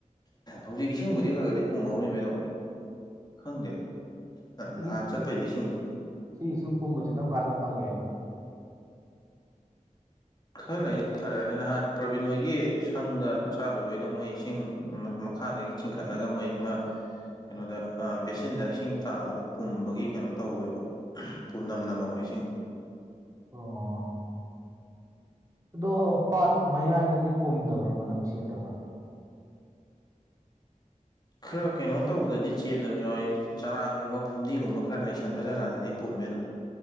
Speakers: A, on the left; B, on the right.
A: ꯍꯧꯖꯤꯛ ꯏꯁꯤꯡꯕꯨꯗꯤ ꯈꯔ-ꯈꯔꯗꯤ ꯄꯨꯝꯍꯧꯔꯤꯅꯤꯗꯣ ꯈꯪꯗꯦ
B: ꯁꯤꯒꯤ
A: ꯅꯍꯥꯟ ꯆꯠꯄꯩꯗꯣ ꯏꯁꯤꯡ
B: ꯁꯤ ꯏꯁꯤꯡ ꯄꯨꯝꯕꯖꯤ ꯀꯔꯝ ꯀꯥꯟꯗ ꯐꯥꯒꯦ
A: ꯈꯔ ꯂꯩꯗꯤ ꯐꯔꯛꯑꯅꯤ ꯅꯍꯥꯟ ꯄ꯭ꯔꯕꯤꯟ ꯍꯣꯏꯒꯤ ꯁꯪꯗ ꯆꯥꯔꯨꯕꯩꯗꯣ ꯃꯣꯏ ꯏꯁꯤꯡ ꯃꯈꯥꯗꯒꯤ ꯆꯤꯡꯈꯠꯂꯒ ꯃꯣꯏ ꯑꯃ ꯀꯩꯅꯣꯗ ꯑꯥ ꯕꯦꯁꯤꯟꯗ ꯏꯁꯤꯡ ꯇꯥꯕꯗꯣ ꯄꯨꯝꯕꯒꯤ ꯀꯩꯅꯣ ꯇꯧꯍꯧꯋꯦꯕ ꯄꯨꯝꯅꯝꯅ ꯅꯝꯍꯧꯋꯤ ꯏꯁꯤꯡ
B: ꯑꯣ ꯑꯗꯣ ꯄꯥꯠ ꯃꯌꯥꯏꯗꯗꯤ ꯄꯨꯝꯗꯕ꯭ꯔꯥ ꯃꯅꯝ ꯆꯦꯟꯗꯕ꯭ꯔꯥ <unintelligible>
A: ꯈꯔ ꯀꯩꯅꯣ ꯇꯧꯕꯗꯗꯤ ꯆꯦꯟꯗꯕꯁꯨ ꯌꯥꯎꯋꯏ ꯆꯔꯥꯡꯒꯨꯝꯕ ꯐꯨꯝꯗꯤꯒꯨꯝꯕ ꯈꯔ ꯂꯩꯁꯟꯕ ꯖꯒꯥꯗꯗꯤ ꯄꯨꯝꯃꯦ ꯑꯗꯨꯝ